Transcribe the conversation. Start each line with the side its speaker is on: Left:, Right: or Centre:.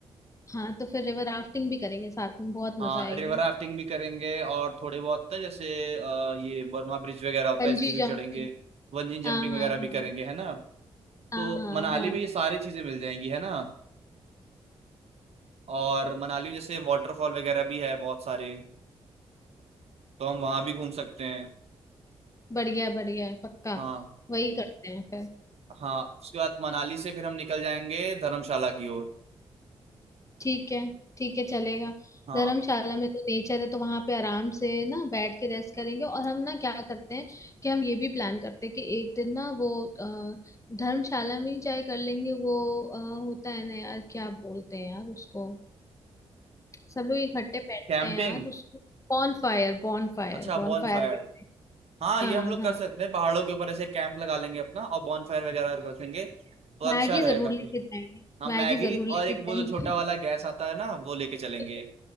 Left: हाँ तो फिर रिवर राफ्टिंग भी करेंगे साथ में बहुत
Right: हाँ
Left: मजा आएगी
Right: रिवर राफ्टिंग भी करेंगे और थोड़े बहुत ना जैसे अ, ये बर्मा ब्रिज वगैरह होता
Left: Bungee
Right: है इस पे भी
Left: jumping
Right: चढ़ेंगे बंजी जंपिंग
Left: हाँ हाँ
Right: वगैरह
Left: हाँ
Right: भी करेंगे है ना
Left: हाँ
Right: तो
Left: हाँ
Right: मनाली
Left: हाँ
Right: में ये सारी चीजें मिल जाएंगी है ना और मनाली में जैसे वाटरफॉल वगैरह भी है बहुत सारे तो हम वहां भी घूम सकते हैं
Left: बढ़िया बढ़िया है पक्का
Right: हाँ
Left: वही करते हैं फिर
Right: हाँ उसके बाद मनाली से फिर हम निकल जाएंगे धर्मशाला की ओर
Left: ठीक है ठीक है चलेगा
Right: हाँ
Left: धर्मशाला में तो नेचर है तो वहां पे आराम से ना बैठ के रेस्ट करेंगे और हम ना क्या करते हैं कि हम ये भी प्लान करते हैं कि एक दिन ना वो अ, धर्मशाला में ही जाए कर लेंगे वो अ, होता है ना यार क्या बोलते हैं यार उसको सब लोग इकट्ठे बैठते
Right: कैंपिंग
Left: हैं यार उसको बॉन फायर बॉन फायर
Right: अच्छा
Left: बॉन
Right: बॉन
Left: फायर
Right: फायर
Left: भी करें।
Right: हाँ
Left: हाँ
Right: ये हम लोग
Left: हाँ
Right: कर सकते हैं पहाड़ों के ऊपर ऐसे कैंप लगा लेंगे अपना और बॉन फायर वगैरह रखेंगे तो अच्छा
Left: मैगी
Right: रहेगा
Left: जरूर लेके जाएंगे
Right: हम
Left: मैगी
Right: मैगी
Left: जरूर लेके
Right: और एक
Left: जाएंगे
Right: वो जो छोटा वाला गैस आता है ना वो लेके चलेंगे
Left: <laughs>